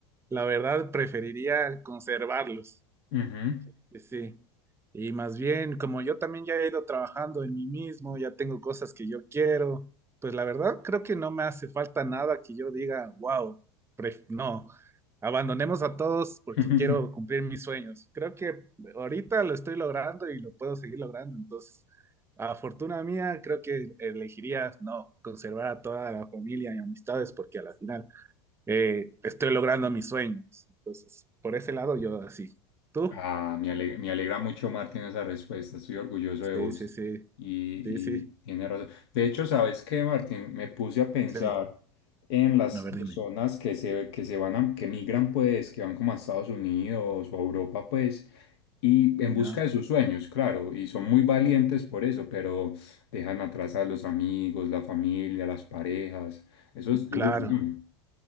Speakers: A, on the right; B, on the left.
A: la verdad preferiría conservarlos.
B: Ujú.
A: Sí, sí. Y más bien, como yo también ya he ido trabajando en mí mismo, ya tengo cosas que yo quiero, pues la verdad creo que no me hace falta nada que yo diga, wow, no, abandonemos a todos porque
B: <laughs>
A: quiero cumplir mis sueños. Creo que ahorita lo estoy logrando y lo puedo seguir logrando. Entonces, a fortuna mía, creo que elegiría no, conservar a toda la familia y amistades porque a la final eh, estoy logrando mis sueños. Entonces, por ese lado yo así. ¿Tú?
B: Ah, me alegra, me alegra mucho, Martín, esa respuesta. Estoy orgulloso
A: Sí,
B: de vos.
A: sí, sí,
B: Y,
A: sí, sí,
B: y tiene razón. De hecho, ¿sabes qué, Martín? Me puse a pensar
A: sí.
B: en las
A: A
B: personas
A: ver, dime.
B: que se, que se van a, que migran, pues, que van como a Estados Unidos o a Europa, pues, y en
A: Ya.
B: busca de sus sueños, claro, y son muy valientes por eso, pero dejan atrás a los amigos, la familia, las parejas. Eso es duro,
A: Claro.
B: ¿no?